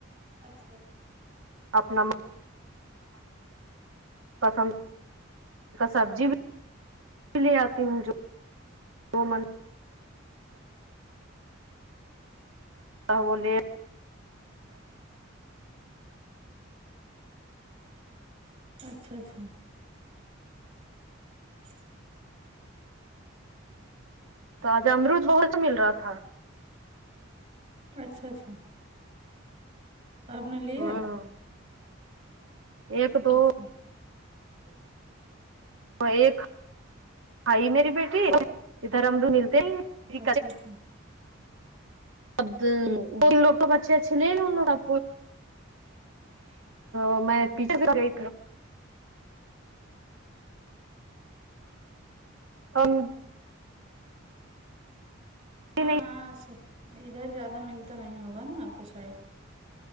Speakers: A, on the right; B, on the right.
A: اچھا
B: اپنا پسند سبزی بھی اس لیے آتی ہوں جو وہ م ا بلیے
A: اچھا اچھا <inaudible>
B: تو آج امرود بہت مل رہا تھا
A: اچھا اچھا آپ نے لیا
B: ہوں ایک دو
A: اچھا
B: ایک ہئی میری بیٹی ادھر امرو ملتے ہی
A: اچھا اچھا
B: اب لوگ بچے اچھے لے ل ان لوگب
A: <inaudible>
B: ا میں پیچھ گئی ا <unintelligible>
A: ہاں
B: نہیں
A: ہاںے ادھر زیادہ ملتا نہیں ہوگا نا آپ کو شاید